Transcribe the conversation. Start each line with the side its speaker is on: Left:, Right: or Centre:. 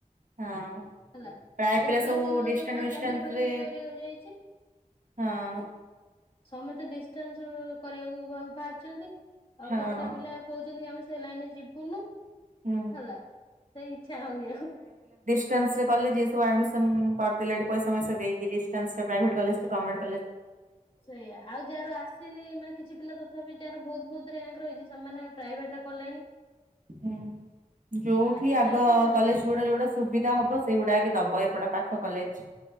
Right: ହଁ
Left: ହେଲା
Right: ପ୍ରାୟ ପିଲା
Left: ଦେବାଶି
Right: ସବୁ
Left: ବୋଧେ
Right: ଡିଷ୍ଟାନ୍ସ
Left: କଣ
Right: ମିଷ୍ଟାନ୍ସ
Left: ଚାକିରି ଫକିରି
Right: ରେ
Left: କର ଯାଇଛି
Right: ହଁ
Left: ସମସ୍ତେ ଡିଷ୍ଟାନ୍ସ କରିବାକୁ ବାହାରିଛନ୍ତି ଆଉ
Right: ହଁ
Left: କେତେଟା ପିଲା କହୁଛନ୍ତି ଆମେ ସେ ଲାଇେ ଯିବୁନୁ
Right: ହୁଁ।
Left: ହେଲା ସେଇ ଇଚଛା ହଉନି ଆଉ
Right: ଡିଷ୍ଟାସରେ କଲେଜ ଏ ସବୁ ଆଡ଼ମସନ୍ କରିଦଲେ ଏ ପଇସା ପସା ଦେଇକି ଡିାସ ପ୍ରାଇଭେଟ କଲେଜରେ ଗଭର୍ଣ୍ମେଣ୍ଟ
Left: ସେଇୟଆା ଆଉ ଯାହାର ଆସେନି ମାନେ କିଛି ପିଲା ତଥାପି ଯାହାର ବହୁତ ବହୁତ ରଛି ସେମାନେ ପ୍ରାଇଭେଟରେ କଲେଣି
Right: ହଁ ଯୋଉଠି
Left: ଆସିଯିବା
Right: ଆଗ
Left: ତ ଚାନ୍ସ
Right: କଲେଜ
Left: ଅଛି
Right: ଗୁଡା ଯୋଉଟା ସୁବିଧା ହବ ସେଇଗୁଡା ଆଗେ ଦବ ଏପଟ ପାଖ କଲେଜ